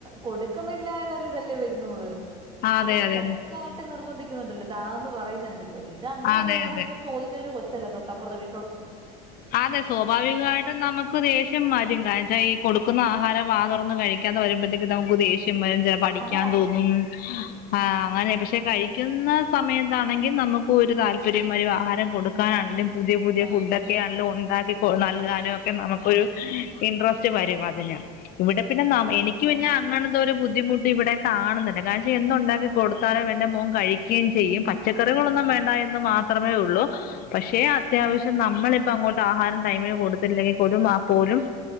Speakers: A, on the right; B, on the left.
A: കൊടുക്കുന്നില്ല എന്നുള്ളരുതല്ലേ വരുന്നുള്
B: അതെ
A: അവൻ
B: അതെ
A: കഴിക്കാനായിട്ട് നിർബന്ധിക്കുന്നുണ്ടല്ലോ താന്ന് പറയുന്നുണ്ടല്ലോ ഇത് അങ്ങനെപോലും
B: അതെ
A: അങ്ങനത്തെ
B: അതെ
A: ഒരു ചോദിചൊരു കൊച്ചല്ല തൊട്ട് ആപ്രത്തെ വീ
B: അതെ സ്വാഭാവികമായിട്ടും നമ നമക്ക് ദേഷ്യം വരും. കാരണം എന്താവച്ച ഈ കൊടുക്കുന്ന ആഹാരം വാ തുറന്ന് കഴിക്കാതെ വരുമ്പഴേക്ക് നമുക്ക് ദേഷ് രും പല പഠിക്കാൻ
A: അതാ
B: തോന്നും ആ അങ്ങനെ പക്ഷെ കഴി ക്കുന്ന സമയത്താണെങ്കിൽ
A: ഉം,
B: നമുക്ക് ഒരു താല്പര്യംവരും,
A: ഉം,
B: ആഹാരം കൊടുക്കാനാണെങ്കിലും പുതിയ പുതിയ
A: അതാണ്
B: ഫുഡക്കെയാണെല്ലോ ഉണ്ടാക്കി
A: ഉണ്ടല്ലേ
B: നൽകാനും
A: കൊടുക്കാൻ.
B: ഒക്കെ നമുക്കൊരു
A: ആ,
B: ഇൻ്രസ്റ്റ് വരും
A: ആ,
B: അതിന് ഇവിടെ പിന്നെ ന
A: അതാ
B: എനിക്ക് പിന്ന അങ്ങനത്തെ ഒരു ബുദ്ധിമുട്ട് ഇവിടെ കാണുന്നില്ല. കാര്യം എന്തുണ്ടാക്കി
A: ആ,
B: കൊടുത്താലും എന്റെ മോൻ കഴി ക്കേം ചെയ്യും പച്ചക്കറികളൊന്നും
A: ആ, ആഹാ,
B: വേണ്ട എന്ന് മാത്രമേ ഉള്ളൂ പക്ഷേ
A: ആഹാ,
B: അത്യാവശ്യം നമ്മളിപ്പോ അങ്ങോട്ട് ആഹാരം ടൈമിന് കൊടുത്തില്ലെങ്കിൽ പോലും ആ പോലും